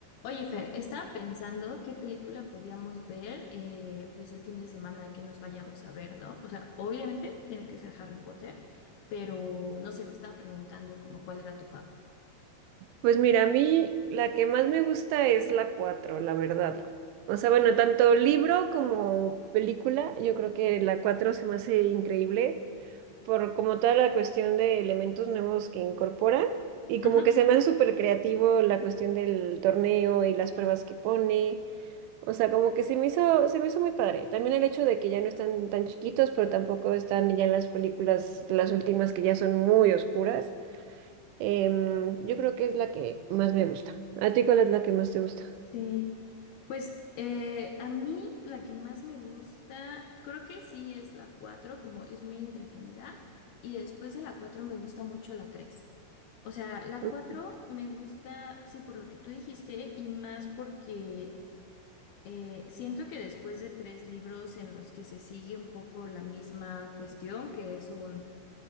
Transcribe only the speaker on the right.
Pues mira, a mí la que más me gusta es la 4, la verdad. O sea, bueno, tanto libro como película, yo creo que la 4 se me hace increíble por como toda la cuestión de elementos nuevos que incorpora y como
que se me hace súper creativo la cuestión del torneo y las pruebas que pone. O sea, como que se me hizo, se me hizo muy padre. También el hecho de que ya no están tan chiquitos, pero tampoco están ya en las películas, las últimas que ya son muy oscuras. Em, yo creo que es la que más me gusta. ¿A ti cuál es la que más te gusta?
Ujú,